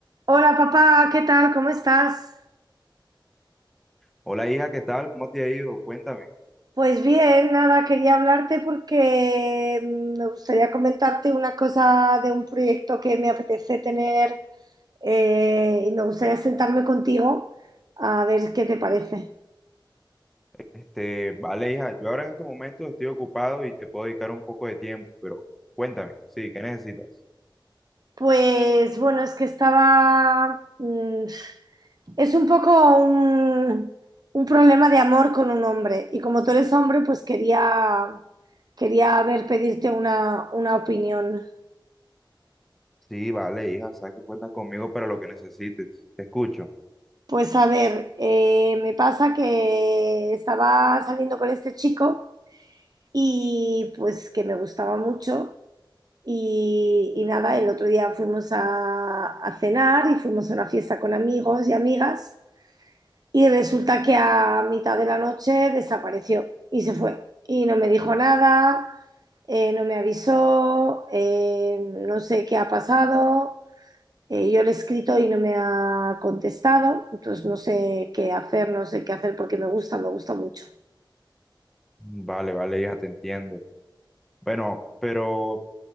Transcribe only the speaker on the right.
Hola papá, ¿qué tal? ¿Cómo estás?
Pues bien, nada, quería hablarte porque mm, me gustaría comentarte una cosa de un proyecto que me apetece tener eh, y me gustaría sentarme contigo a ver qué te parece.
Pues bueno, es que estaba... mm, es un poco un, un problema de amor con un hombre y como tú eres hombre, pues quería, quería ver, pedirte una una opinión.
Pues a ver, eh, me pasa que estaba saliendo con este chico y pues que me gustaba mucho y, y nada, el otro día fuimos a, a cenar y fuimos a una fiesta con amigos y amigas y resulta que a mitad de la noche desapareció y se fue y no me dijo nada, eh, no me avisó, eh, no sé qué ha pasado. Eh, yo le he escrito y no me ha contestado, entonces no sé qué hacer, no sé qué hacer porque me gusta, me gusta mucho.